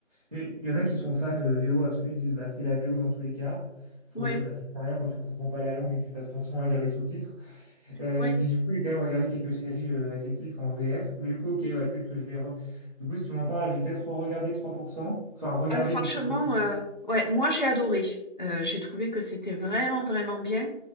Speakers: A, on the right; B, on the left.
A: Il y, y en a qui sont fans euh, VO absolus, ils disent, bah c'est la VO dans tous les cas. Je suis
B: ouais,
A: en mode, bah ça sert à rien quand tu comprends pas la langue et que tu passes ton temps à lire les sous-titres. Euh,
B: ouais.
A: mais du coup, j'ai quand même regardé quelques séries euh, asiatiques en VF. Mais du coup, ok, ouais, peut-être que je vais. re- Du coup, si tu m'en parles, je vais peut-être regarder 3% Enfin, regarder
B: Ah, franchement,
A: du coup.
B: heu, ouais, moi j'ai adoré. Heu, j'ai trouvé que c'était vraiment, vraiment bien.